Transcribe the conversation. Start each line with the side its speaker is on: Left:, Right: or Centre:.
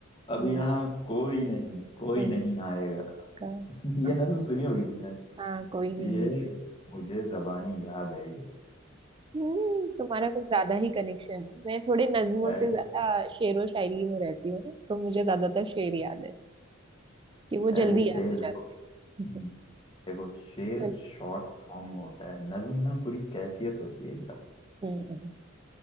Left: अब
Right: हम्म,
Left: यहाँ कोई नहीं कोई
Right: नहीं
Left: नहीं आएगा
Right: का
Left: <laughs> ये
Right: हाँ
Left: नज्म सुनी होगी तुमने
Right: हाँ कोई नहीं
Left: ये मुझे जबानी याद है
Right: हम्म तुम्हारा कुछ ज्यादा ही कनेक्शन है मैं थोड़े नज्मों
Left: अरे
Right: से ज्यादा शेरो शायरी में रहती हूँ ना, तो मुझे ज्यादातर शेर याद है कि वो
Left: अरे
Right: जल्दी
Left: शेर
Right: याद हो जाता
Left: देखो हम्म,
Right: है <laughs>
Left: देखो शेर
Right: चलो
Left: शॉर्ट फॉर्म में होता है नज्म ना पूरी कैफियत होती है एकदम
Right: हम्म